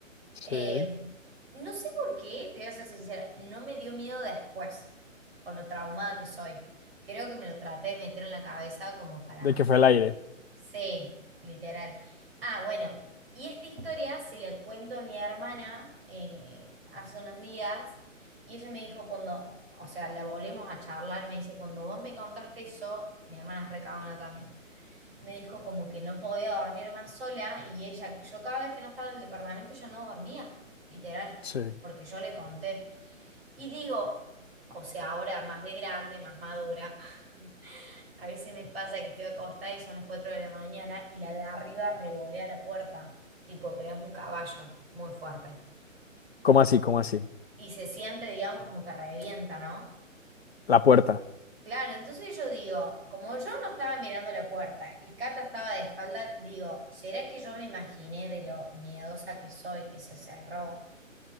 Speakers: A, on the left; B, on the right.
A: sí.
B: Eh, no sé por qué, te voy a ser sincera, no me dio miedo después, con lo traumada que soy. Creo que me lo traté de meter en la cabeza como para,
A: De que fue el aire.
B: sí, literal. Ah, bueno, y esta historia se la cuento a mi hermana eh, hace unos días y ella me dijo cuando, o sea, la volvemos a charlar, me dice, cuando vos me contaste eso, mi hermana es recabona también me dijo como que no podía dormir más sola y ella, yo cada vez que no estaba en el departamento ella no dormía, literal,
A: Sí,
B: porque yo le conté. Y digo, o sea, ahora más de grande, más madura, <laughs> a veces me pasa que estoy acostada y son las 4 de la mañana y la de arriba revolea la puerta, tipo, pero es un caballo muy fuerte.
A: ¿Cómo así? ¿Cómo así?
B: Y se siente, digamos, como que revienta, ¿no?
A: La puerta.
B: Claro, entonces yo digo, como yo no estaba mirando la puerta y Cata estaba de espalda, digo, ¿será que yo me imaginé de lo miedosa que soy que se cerró?